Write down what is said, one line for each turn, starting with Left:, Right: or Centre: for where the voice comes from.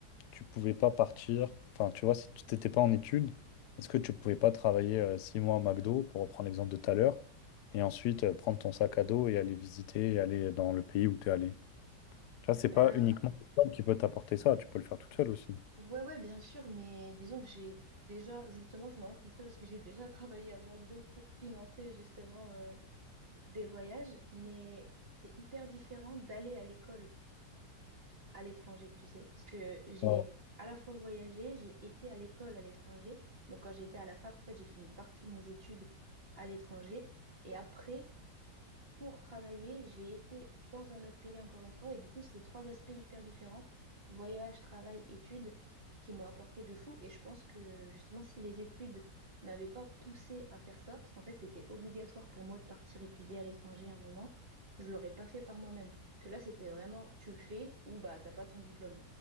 Left: tu pouvais pas partir, enfin, tu vois, si tu t'étais pas en études, est-ce que tu pouvais pas travailler euh, six mois à McDo, pour reprendre l'exemple de tout à l'heure, et ensuite euh, prendre ton sac à dos et aller visiter et aller dans le pays où tu es allé? Tu vois, c'est
Right: Ben,
Left: pas uniquement l'école qui peut t'apporter ça, tu peux le faire toute seule aussi.
Right: ouais, ouais, bien sûr, mais disons que j'ai déjà, justement, c'est marrant que tu dis ça parce que j'ai déjà <laughs> travaillé à McDo pour financer justement euh, des voyages, mais c'est hyper différent d'aller à l'école à l'étranger, tu sais, parce que j'ai
Left: Ouais,
Right: à la fois voyagé, j'ai été à l'école à l'étranger. Donc quand j'étais à la fac, en fait, j'ai fait une partie de mes études à l'étranger. Et après, pour travailler, j'ai été dans un autre pays encore une fois, et du coup, c'est trois aspects hyper différents, voyage, travail, études, qui m'ont apporté de fou. Et je pense que justement, si les études m'avaient pas poussé à faire ça, parce qu'en fait, c'était obligatoire pour moi de partir étudier à l'étranger à un moment, je l'aurais pas fait par moi-même. Que là, c'était vraiment, tu le fais ou bah t'as pas ton diplôme.